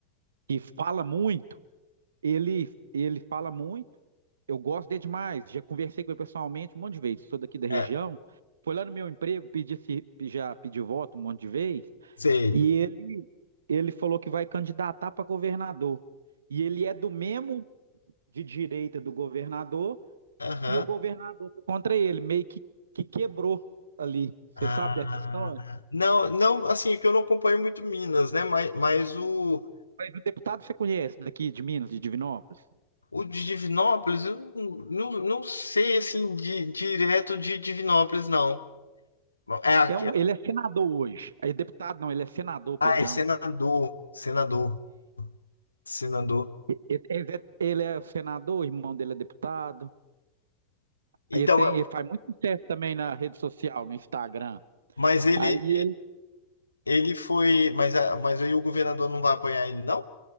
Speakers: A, on the right; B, on the left.
A: que fala muito, ele, ele fala muito, eu gosto dele demais, já conversei com ele pessoalmente um monte de vezes, sou daqui da região,
B: é,
A: foi lá no meu emprego, pedi, se- já pedi voto um monte de vezes,
B: sei,
A: e ele, ele falou que vai candidatar para governador. E ele é do mesmo de direita do governador,
B: aham,
A: e o governador foi contra ele, meio que, que quebrou ali. Você
B: Ah,
A: sabe dessa história?
B: não, não, assim, que eu não acompanho muito Minas, né, mas, mas o,
A: Mas o deputado você conhece daqui de Minas, de Divinópolis?
B: o de Divinópolis, eu não, não, não sei, assim, de, direto de Divinópolis, não, é, aqui-
A: É um, ele é senador hoje. É deputado, não, ele é senador, perdão.
B: ah, é senador, senador, senador,
A: Ele, ele é, ele é senador, o irmão dele é deputado.
B: então,
A: Aí ele tem, ele faz muito sucesso também na rede social, no Instagram.
B: Mas ele,
A: Aí ele.
B: ele foi. Mas, a- mas aí o governador não vai apoiar ele, não?